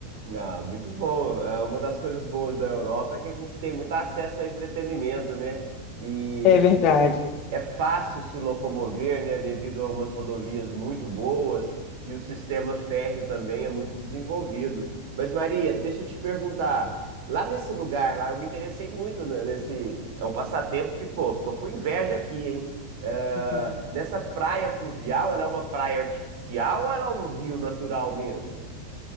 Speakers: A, on the right; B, on the left.
A: Ah, muito bom. É, Uma das coisas boas da Europa é que a gente tem muito acesso a entretenimento, né? E
B: É verdade.
A: é fácil se locomover, né? Devido a umas rodovias muito boas e o sistema férreo também é muito desenvolvido. Mas, Maria, deixa eu te perguntar. Lá nesse lugar, lá, eu me interessei muito né, nesse. É um passatempo que, pô, tô com inveja aqui, hein? É,
B: Uhum.
A: nessa praia fluvial, ela é uma praia artificial ou ela é um rio natural mesmo?